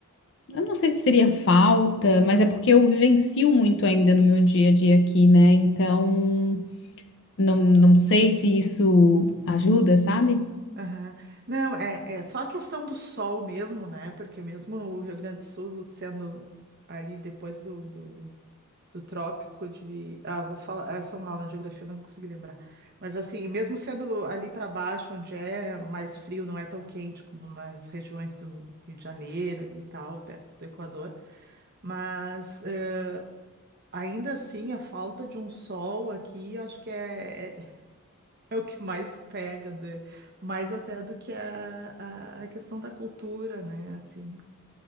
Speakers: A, on the left; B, on the right.
A: Eu não sei se seria falta, mas é porque eu vivencio muito ainda no meu dia a dia aqui, né? Então, não, não sei se isso ajuda, sabe?
B: Aham. Não, é, é só a questão do sol mesmo, né? Porque mesmo o Rio Grande do Sul sendo ali depois do do do trópico de. Ah, vou falar. Ah, Eu sou mal na geografia, não consegui lembrar. Mas assim, mesmo sendo ali para baixo, onde é mais frio, não é tão quente como nas regiões do Rio de Janeiro ali e tal, perto do Equador. Mas eh, ainda assim, a falta de um sol aqui, eu acho que é, é, <laughs> é o que mais pega, de- mais até do que a, a, a questão da cultura, né? Assim,